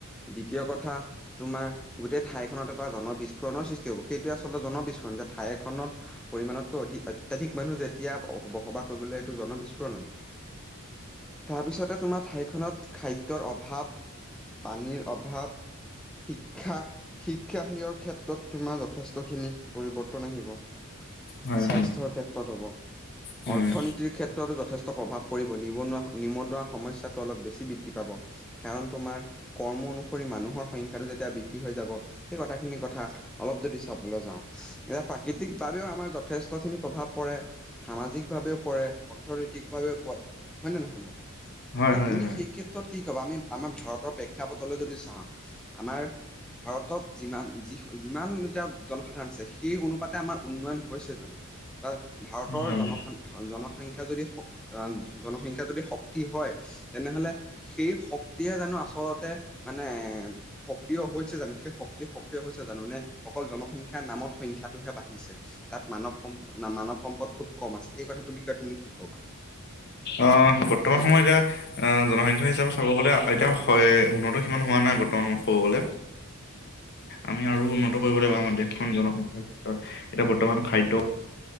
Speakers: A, in the centre; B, on the left.
A: দ্বিতীয় কথা কথা তোমাৰ গোটেই ঠাইখনত এটা জন বিস্ফোৰণৰ সৃষ্টি হ'ব সেই সেইবোৰ আচলতে জন বিস্ফোৰণ যে ঠাই এখনত পৰিমাণতকৈ অধিক অত্যাধিক মানুহ যেতিয়া বসবাস কৰিবলৈ এইটো জন বিস্ফোৰণ হ'ব তাৰপিছতে তোমাৰ ঠাইখনত খাদ্যৰ অভাৱ, পানীৰ অভাৱ শিক্ষা শিক্ষাৰ হেৰিও ক্ষেত্ৰত তোমাৰ যথেষ্ট খিনি পৰিৱৰ্তন আহিব।
B: হয়
A: স্বাস্থ্যৰ
B: হয়,
A: ক্ষেত্ৰত হ'ব,
B: হয়,
A: অৰ্থনীতিৰ ক্ষেত্ৰতো যথেষ্ট প্ৰভাৱ পৰি গণিব নোৱাৰা নিবতুৱা সমস্যাটো অলপ বেছি বৃদ্ধি পাব কাৰণ তোমাৰ কৰ্ম অনুসৰি মানুহৰ সংখ্যাটো যেতিয়া বৃদ্ধি হৈ যাব সেই কথাখিনিৰ কথা অলপ যদি চাব- অভাৱলৈ যাওঁ, এতিয়া প্ৰাকৃতিকভাবেও আমাৰ যথেষ্টখিনি প্ৰভাৱ পৰে। সামাজিকভাৱেও পৰে, অৰ্থনৈতিকভাৱেও পৰে হয় নে নহয় বাৰু?
B: হয়
A: এতিয়া
B: হয়
A: তুমি
B: হয়,
A: সেই ক্ষেত্ৰত কি কবা আমি আমাৰ ভাৰতৰ প্ৰেক্ষাপটলৈ যদি চা আমাৰ ভাৰতত যিমান যি যিমান এতিয়া জনসাধাৰণ আছে, সেই অনুপাতে আমাৰ উন্নয়ন হৈছে জানো বা ভাৰতৰ
B: হয়।
A: জনসান ভাল জনসংখ্যা যদি হ <unintelligible> জনসংখ্যা যদি শক্তি হয় তেনেহলে সেই শক্তিয়ে জানো আচলত তে মানে সক্ৰিয় হৈছে জানো সেই শক্তি সক্ৰিয় হৈছে জানো নে অকল জনসংখ্যাৰ নামত সংখ্যাটোহে বাঢ়িছে, তাত মানৱ সম্প না মানৱ সম্পদ খুব কম আছে সেই কথাটোৰ বিষয়ে তুমি কি ক'বা?
B: অ বৰ্তমান সময়ত এতিয়া আহ জনসংখ্যা হিচাপে চাব গ'লে এতিয়া হয় উন্নত সিমান হোৱা নাই বৰ্তমান সময়ত ক'ব গ'লে। আমি আৰু উন্নত কৰিব লাগিব
A: হয়
B: আমাৰ দেশখন জনসংখ্যাৰ ক্ষেত্ৰত এতিয়া বৰ্তমান খাদ্য